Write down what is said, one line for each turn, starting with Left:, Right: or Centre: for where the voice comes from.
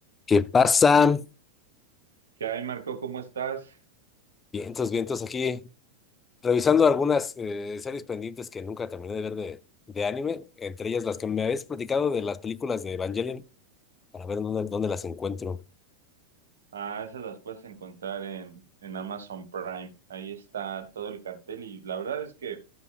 Left: ¿Qué pasa?
Right: ¿Qué hay, Marco? ¿Cómo estás?
Left: Vientos, vientos aquí. Revisando algunas eh, series pendientes que nunca terminé de ver de, de anime, entre ellas las que me habéis platicado de las películas de Evangelion, para ver dónde, dónde las encuentro.
Right: Ah, esas las puedes encontrar en, en Amazon Prime. Ahí está todo el cartel y la verdad es que